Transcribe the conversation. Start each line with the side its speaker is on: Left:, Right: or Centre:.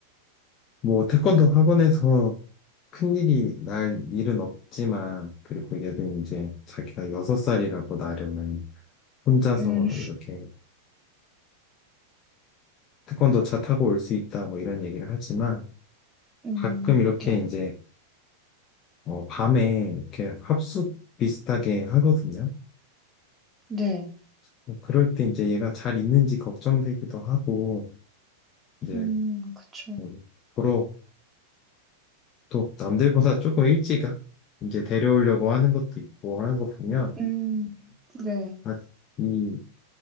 Left: 뭐 태권도 학원에서 큰일이 날 일은 없지만, 그리고 얘도 이제 자기가 여섯 살이라고 나름은 혼자서
Right: 음,
Left: 이렇게 태권도 차 타고 올 수 있다 뭐 이런 얘기를 하지만
Right: 음,
Left: 가끔 이렇게
Right: 네,
Left: 이제 어, 밤에 이렇게 합숙 비슷하게 하거든요.
Right: 네,
Left: 뭐 그럴 때 이제 얘가 잘 있는지 걱정되기도 하고 이제
Right: 음, 그쵸,
Left: 음, 보러 또 남들보다 조금 일찍 아, 이제 데려오려고 하는 것도 있고 하는 거 보면
Right: 음, 네,
Left: 아, 이못